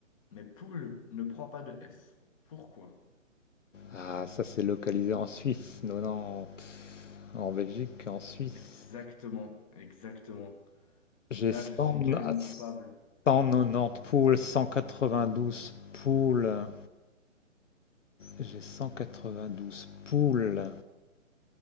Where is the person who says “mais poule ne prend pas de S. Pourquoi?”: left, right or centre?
Left